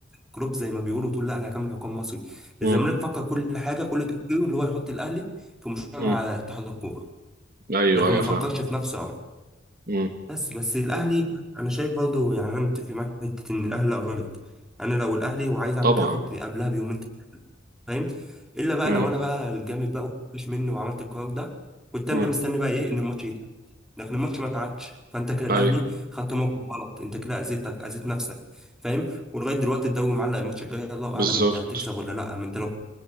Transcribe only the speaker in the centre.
كروب زي ما بيقولوا وتقول لا انا هكمل حكام مصري
الزمالك فكر كل حاجه كل تفكيره اللي هو يحط الاهلي في مشكله
مع اتحاد الكوره
لكن
ما فكرش
في نفسه او
بس بس الاهلي انا شايف برضو يعني انا متفق معاك في حته ان الاهلي لا غلط انا لو الاهلي وعايز اعمل
كده كنت قبلها بيومين فاهم الا بقى
لو انا بقى الجامد بقى مفيش مني وعملت القرار ده كنت انا
مستني بقى ايه ان الماتش يتعاد لكن الماتش ما اتعادش فانت كده الاهلي
خدت موقف غلط انت كده اذيتك اذيت نفسك فاهم ولغايه دلوقتي الدوري معلق الماتش الجاي الله
اعلم انت هتكسب ولا لا ما انت لو